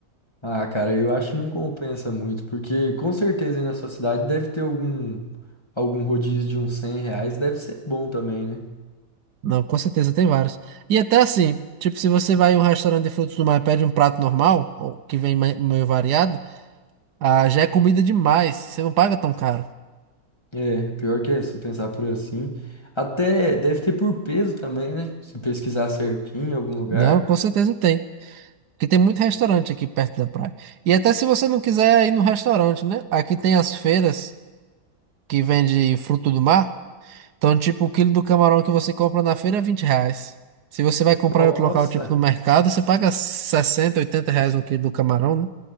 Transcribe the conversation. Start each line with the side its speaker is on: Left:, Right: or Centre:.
Left: Ah, cara, eu acho que não compensa muito, porque com certeza aí na sua cidade deve ter algum algum rodízio de uns 100 reais, deve ser bom também, né?
Right: Não, com certeza tem vários. E até assim, tipo, se você vai em um restaurante de frutos do mar e pede um prato normal, ou que vem me- meio variado, ah, já é comida demais. Você não paga tão caro.
Left: É, pior que é, se pensar por assim. Até deve ter por peso também, né? Se pesquisar certinho em algum lugar.
Right: Não, com certeza tem. Porque tem muito restaurante aqui perto da praia. E até se você não quiser ir no restaurante, né? Aqui tem as feiras que vende fruto do mar. Então, tipo, o quilo do camarão que você compra na feira é 20 reais. Se você vai comprar
Left: Nossa!
Right: em outro local, tipo no mercado, você paga 60, 80 reais um quilo do camarão, né?